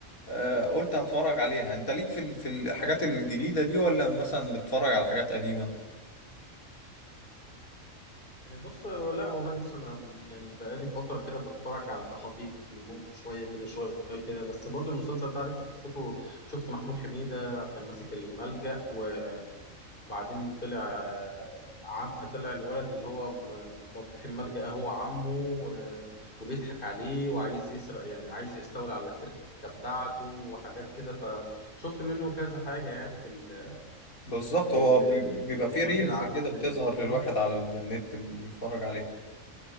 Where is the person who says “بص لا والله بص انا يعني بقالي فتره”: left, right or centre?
Left